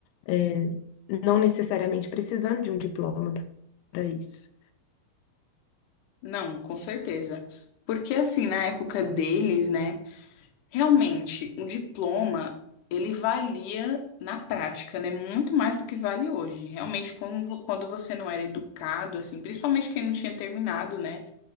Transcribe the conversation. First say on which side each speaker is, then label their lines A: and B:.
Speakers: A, on the left; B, on the left.
A: é, não necessariamente precisando de um diploma para isso.
B: Não, com certeza. Porque assim, na época deles, né, realmente o diploma ele valia na prática, né, muito mais do que vale hoje. Realmente, quando quando você não era educado, assim, principalmente quem não tinha terminado, né?